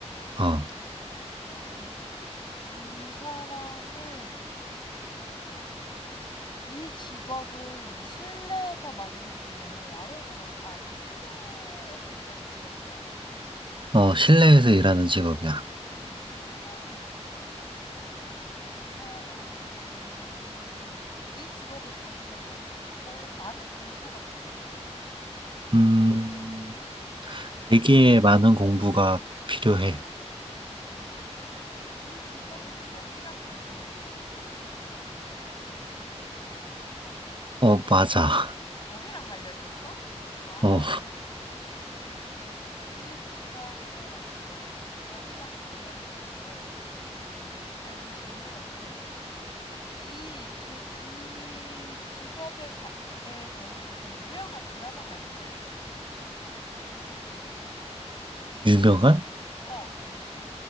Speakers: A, on the right (about 45°); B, on the left (about 40°).
A: 어.
B: 음, 그러면 이 사람을 이 직업은 실내에서 많이 볼 수 있나요? 야외에서 많이, 아, 실내에서 일하는 직업인가요?
A: 어, 실내에서 일하는 직업이야.
B: 음, 실내에서 일하는 직업이라. 이 사람은 이 직업을 가지려면 공, 많은 공부가 필요한가요?
A: 음, 되게 많은 공부가 필요해.
B: 되게 이 직업이 법이랑 관련이 있나요?
A: 어, 맞아.
B: 법이랑 관련이 있어? 아,
A: 어,
B: 이 직업은 어, 법이랑 관련이 있는데, 음, 아, 이거 질문 어떻게 해야 되지? 이, 지, 이 직업에 가- 에 관련돼서 유명한 드라마가 있나요?
A: 유명한?
B: 어,